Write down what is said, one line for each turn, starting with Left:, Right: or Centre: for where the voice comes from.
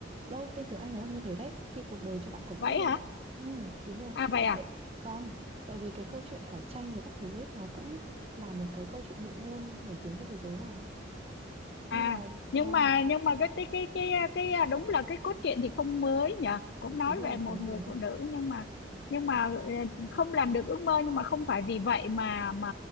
Right: đâu tên tiếng Anh nó là như thế đấy khi cuộc đời cho bạn quả
Left: vậy
Right: quýt luôn
Left: hả
Right: đấy ừ đúng rồi
Left: à vậy à
Right: tại vâng tại vì cái câu chuyện quả chanh với các thứ ấy nó cũng là một cái câu chuyện ngụ ngôn nổi tiếng trên thế giới mà
Left: À
Right: nên là
Left: nhưng
Right: vâng
Left: mà nhưng mà cái cái cái cái cái à, đúng là cái cốt truyện thì không mới nhở cũng nói
Right: đúng rồi
Left: về một
Right: đúng rồi
Left: người
Right: đúng rồi
Left: phụ nữ nhưng mà nhưng mà ờ, không làm được ước mơ nhưng mà không phải vì vậy mà mà